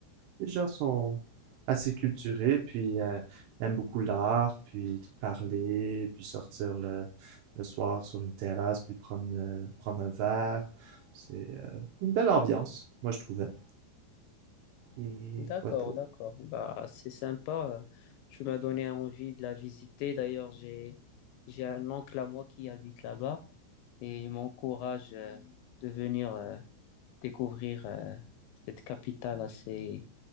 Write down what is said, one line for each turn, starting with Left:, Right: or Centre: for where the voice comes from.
Right: les gens sont assez culturés, puis euh, aiment beaucoup l'art, puis parler, puis sortir le, le soir sur une terrasse, puis prendre, euh, prendre un verre. C'est euh, une belle ambiance, moi je trouvais. Et
Left: D'accord,
Right: quoi d'autre?
Left: d'accord. Bah, c'est sympa. Tu m'as donné envie de la visiter. D'ailleurs, j'ai j'ai un oncle à moi qui habite là-bas et il m'encourage euh, de venir euh, découvrir euh, cette capitale assez